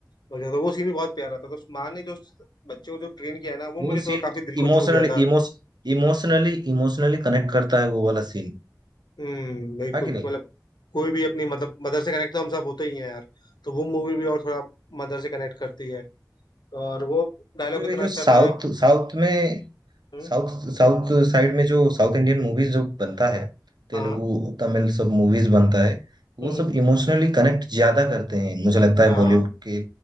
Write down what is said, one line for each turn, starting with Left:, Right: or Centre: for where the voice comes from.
Left: वगैरह तो वो सीन भी बहुत प्यारा था तो उस माँ ने जो उस बच्चे को जो ट्रेन किया है ना वो
Right: वो
Left: मुझे थोड़ा
Right: सीन
Left: काफी दिल को
Right: इमोशनली
Left: छू गया था
Right: इमोश इमोशनली इमोशनली कनेक्ट करता है वो वाला सीन
Left: हम्म बिल्कुल
Right: हाँ कि नहीं
Left: मतलब कोई भी अपनी मतलब मदर से कनेक्ट तो हम सब होते ही हैं यार तो वो मूवी भी और थोड़ा मदर से कनेक्ट करती है और वो डायलॉग
Right: मतलब
Left: इतना
Right: ये जो
Left: अच्छा
Right: साउथ
Left: था
Right: साउथ में
Left: हम्म,
Right: साउथ साउथ साइड में जो साउथ इंडियन मूवीज जो बनता है तेलुगु
Left: हाँ
Right: तमिल सब मूवीज बनता है वो
Left: हम्म,
Right: सब इमोशनली कनेक्ट ज्यादा करते हैं मुझे लगता है
Left: हाँ
Right: बॉलीवुड के